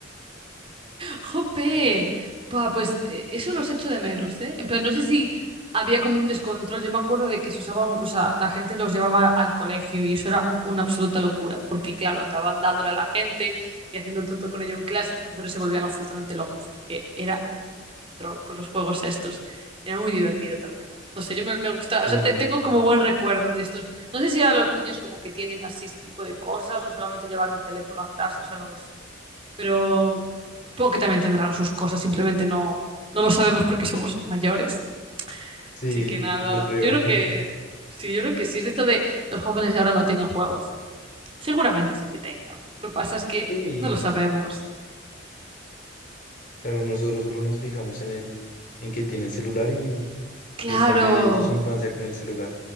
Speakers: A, on the right; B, on the left.
A: jope.
B: No.
A: Buah, pues eh, eso los echo de menos, ¿eh? En plan, no sé si había como un descontrol. Yo me acuerdo de que se usaba, un- o sea, la gente los llevaba al colegio y eso era una absoluta locura, porque claro, andaban dándole a la gente y haciendo el tonto con ello en clase, los profesores se volvían absolutamente locos, porque era un descontrol con los juegos estos. Era muy divertido también. No sé, yo me, me gusta, o
B: Sí,
A: sea, te-
B: no,
A: tengo como buen recuerdo de estos. No sé si ahora los niños como que tienen así este tipo de cosas o solamente llevan el teléfono a clase, o sea, no lo sé. Pero supongo que también tendrán sus cosas, simplemente no, no lo sabemos porque somos mayores.
B: sí,
A: Así que nada,
B: yo creo.
A: yo creo
B: <laughs>
A: que sí, yo creo que sí. Es de esto de los jóvenes de ahora no tienen juegos. Seguramente sí que tengan. Lo que pasa es que
B: Sí,
A: no lo sabemos.
B: claro, nosotros solo nos fijamos en el, en que tienen celular y,
A: Claro.
B: y están viviendo su infancia con el celular.